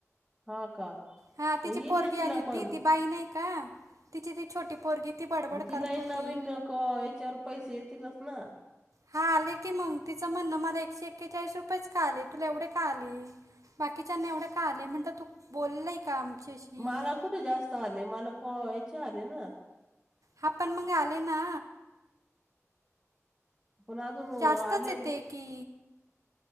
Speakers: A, in the centre; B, on the right (about 85°).
A: हा का मग
B: हां तिची
A: येईल
B: पोरगी
A: ना तिला
B: आली होती
A: पण.
B: ती बाई नाही का तिची ती छोटी पोरगी ती बडबड
A: तिलाही
B: करत होती
A: नवीन याच्यावर पैसे येतीलच ना.
B: हा आले कि मग तिचं म्हणण मला एकशे एक्केचाळीस रुपयेच का आले तुला एवढे. का आली बाकीच्यांना एवढे का आले म्हटलं तू बोललय का. आमच्याशी
A: मला कुठे जास्त आले मला खो याचे आले ना.
B: हा पण मग आले ना.
A: पण अजून
B: जास्तच
A: आले.
B: येते की